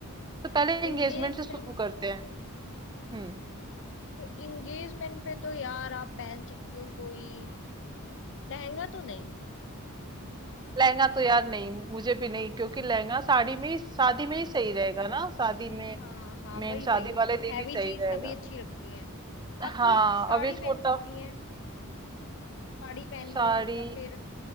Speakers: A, on the right (about 20°); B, on the left (about 60°).
A: तो पहले एंगेजमेंट
B: एंगेजमेंट
A: से शुरू करते हैं हम्म।
B: तो एंगेजमेंट पे तो यार आप पहन सकती हो कोई लहंगा तो नहीं
A: लहंगा तो यार नहीं मुझे भी नहीं क्योंकि लहंगा साड़ी में ही शादी
B: हाँ
A: में ही सही रहेगा ना शादी में
B: हाँ हाँ
A: मेन
B: वही वही
A: शादी वाले दिन
B: हैवी
A: ही सही
B: चीज
A: रहेगा
B: तभी अच्छी लगती है आप
A: हाँ
B: कोई साड़ी
A: अब ये छोटा
B: पहन सकती हैं साड़ी पहन
A: साड़ी
B: लो या फिर